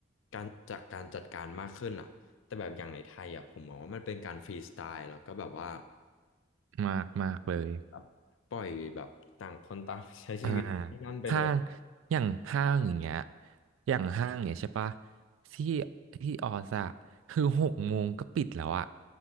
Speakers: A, on the left; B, on the right.
A: การจากการจัดการมากขึ้นอะแต่แบบอย่างในไทยอะผมมองว่ามันเป็นการฟรีสไตล์แล้วก็แบบว่า
B: มากมากเลย
A: แบบปล่อยแบบต่างคนต่างใช้ชีวิตที่นั่นไปเลย
B: อ่าห้างอย่างห้างอย่างเงี้ยอย่างห้างอย่างเงี้ยใช่ปะที่ที่ออสอะคือหกโมงก็ปิดแล้วอะ